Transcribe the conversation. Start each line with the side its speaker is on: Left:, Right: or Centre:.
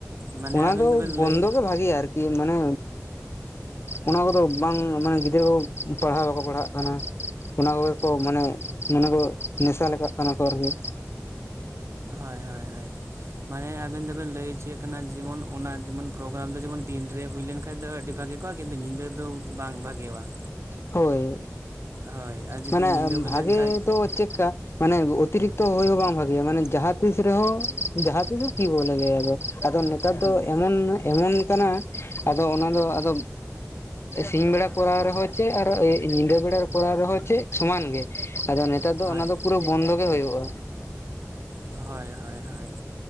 Right: ᱢᱟᱱᱮ
Left: ᱚᱱᱟ
Right: ᱟᱵᱮᱱ
Left: ᱫᱚ
Right: ᱫᱚᱵᱮᱱ
Left: ᱵᱚᱱᱫᱚ
Right: ᱞᱟᱹᱭ
Left: ᱜᱮ ᱵᱷᱟᱜᱮᱭᱟ ᱟᱨ ᱠᱤ᱾ ᱢᱟᱱᱮ ᱚᱱᱟ ᱠᱚᱫᱚ ᱵᱟᱝ ᱢᱟᱱᱮ ᱜᱤᱫᱽᱨᱟᱹ ᱠᱚ ᱯᱟᱲᱦᱟᱣ ᱵᱟᱠᱚ ᱯᱟᱲᱦᱟᱜ ᱠᱟᱱᱟ᱾ ᱚᱱᱟ ᱠᱚᱜᱮ ᱠᱚ ᱢᱟᱱᱮ, ᱢᱟᱱᱮ ᱠᱚ ᱱᱮᱥᱟ ᱞᱮᱠᱟᱜ ᱠᱟᱱᱟ ᱠᱚ ᱟᱨ ᱠᱤ᱾
Right: ᱦᱳᱭ ᱦᱳᱭ ᱦᱳᱭ ᱾ ᱢᱟᱱᱮ ᱟᱵᱮᱱ ᱫᱚᱵᱮᱱ ᱞᱟᱹᱭ ᱚᱪᱚᱭᱮᱫ ᱢᱟᱱᱮ ᱟᱵᱤᱱ ᱫᱚᱵᱤᱱ ᱞᱟ. ᱭ ᱦᱚᱪᱚᱭ ᱮᱫ ᱢᱟᱱᱮ ᱟᱵᱤᱱ ᱫᱚᱵᱤᱱ ᱞᱟᱹᱭ ᱦᱚᱪᱚᱭᱮᱫ ᱠᱟᱱᱟ᱾ ᱡᱮᱢᱚᱱ ᱚᱱᱟ ᱡᱮᱢᱚᱱ ᱯᱨᱳᱜᱨᱟᱢ ᱫᱚ ᱡᱮᱢᱚᱱ ᱫᱤᱱᱨᱮ ᱦᱩᱭ ᱞᱮᱱ ᱫᱚ ᱟᱹᱰᱤ ᱵᱷᱟᱜᱮ ᱠᱤᱱᱛᱩ ᱧᱤᱫᱟᱹ ᱫᱚ ᱵᱟᱝ ᱵᱷᱟᱜᱮᱭᱟ ᱵᱟᱝ,
Left: ᱦᱳᱭ
Right: ᱦᱳᱭ ᱡᱩᱫᱤ
Left: ᱢᱟᱱᱮ
Right: ᱧᱤᱫᱟᱹ ᱦᱩᱭ
Left: ᱵᱷᱟᱜᱮ
Right: ᱞᱮᱱᱠᱷᱟᱡ
Left: ᱫᱚ ᱪᱮᱫᱠᱟ ᱢᱟᱱᱮ ᱚᱛᱤᱨᱤᱠᱛᱚ ᱦᱩᱭ ᱦᱚᱸ ᱵᱟᱝ ᱵᱷᱟᱜᱮᱭᱟ ᱾ᱢᱟᱱᱮ ᱡᱟᱦᱟᱸ ᱛᱤᱥ ᱨᱮᱦᱚᱸ ᱡᱟᱦᱟᱸ ᱛᱤᱥ ᱦᱚᱸ ᱠᱤ ᱵᱚᱞᱜᱮ <unintelligible> ᱟ ᱟᱫᱚ ᱱᱮᱛᱟᱨ
Right: ᱦᱩᱸ
Left: ᱫᱚ ᱮᱢᱚᱱ ᱮᱢᱚᱱ ᱠᱟᱱᱟ, ᱟᱫᱚ ᱚᱱᱟ ᱫᱚ ᱟᱫᱚ ᱥᱤᱧ ᱵᱮᱲᱟ ᱠᱚᱨᱟᱣ ᱨᱮᱦᱚᱸ ᱪᱮᱫ ᱟᱨ ᱧᱤᱫᱟᱹ ᱵᱮᱲᱟ ᱠᱚᱨᱟᱣ ᱨᱮᱦᱚᱸ ᱪᱮᱫ ᱥᱚᱢᱟᱱ ᱜᱮ᱾ ᱟᱫᱚ ᱱᱮᱛᱟᱨ ᱫᱚ
Right: ᱦᱳᱭ
Left: ᱚᱱᱟ ᱫᱚ ᱯᱩᱨᱟᱹ ᱵᱚᱱᱫᱚ ᱜᱮ ᱦᱳᱭᱳᱜᱼᱟ᱾
Right: ᱦᱳᱭ ᱦᱳᱭ ᱦᱳᱭ᱾